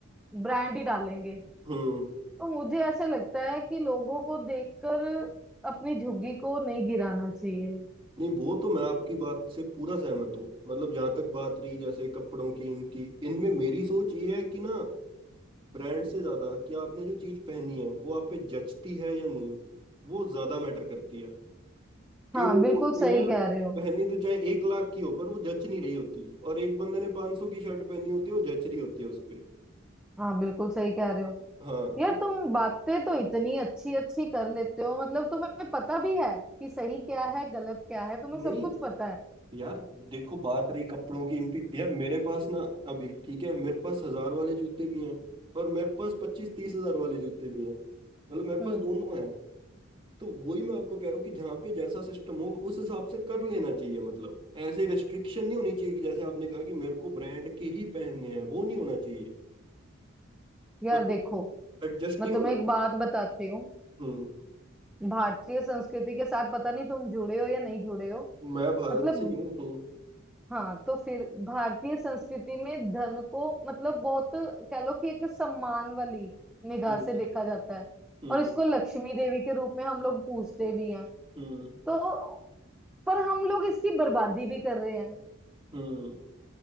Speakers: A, in the centre; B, on the right.
A: ब्रांड ही डालेंगे
B: हम्म,
A: तो मुझे ऐसे लगता है कि लोगों को देखकर अपनी झुग्गी को नहीं गिराना चाहिए
B: नहीं वो तो मैं आपकी बात से पूरा सहमत हूँ मतलब जहां तक बात रही जैसे कपड़ों की इनकी इनमें मेरी सोच ये है कि ना ब्रांड से ज्यादा कि आपने जो चीज पहनी है वो आप पे जचती है या नहीं वो ज्यादा मैटर करती है कई
A: हाँ
B: लोग
A: बिल्कुल
B: होते
A: सही
B: हैं
A: कह रहे हो
B: पहनी तो चाहे एक लाख की हो पर वो जच नहीं रही होती और एक बंदे ने 500 सौ की शर्ट पहनी होती है वो जच रही होती है उस पे
A: हाँ बिल्कुल सही कह रहे हो
B: हाँ
A: यार
B: तो
A: तुम बातें तो इतनी अच्छी अच्छी कर लेते हो मतलब तुम्हें पता भी है कि सही क्या है गलत क्या है तुम्हें सब
B: नहीं
A: कुछ पता है
B: यार देखो बात रही कपड़ों की इन पे यार मेरे पास ना अभी ठीक है मेरे पास हजार वाले जूते भी हैं और मेरे पास पच्चीस तीस हजार वाले जूते भी हैं मतलब मेरे पास
A: हम्म
B: दोनों हैं तो वही मैं आपको कह रहा हूँ कि जहाँ पे जैसा सिस्टम हो उस हिसाब से कर लेना चाहिए मतलब ऐसे रिस्ट्रिक्शन नहीं होनी चाहिए कि जैसे आपने कहा कि मेरे को ब्रांड के ही पहनने हैं वो नहीं होना चाहिए
A: यार
B: मतलब
A: देखो
B: एडजस्टिंग
A: मैं तुम्हें
B: होना
A: एक बात बताती हूँ
B: हम्म
A: भारतीय संस्कृति के साथ पता नहीं तुम जुड़े हो या नहीं जुड़े हो
B: मैं भारत
A: मतलब
B: से ही हूँ
A: हाँ तो फिर भारतीय संस्कृति में धन को मतलब बहुत कह लो कि एक सम्मान वाली निगाह
B: हम्म
A: से देखा जाता है
B: हम्म
A: और इसको लक्ष्मी देवी के रूप में हम लोग पूजते भी हैं
B: हम्म
A: तो पर हम लोग इसकी बर्बादी भी कर रहे हैं
B: हम्म हम्म।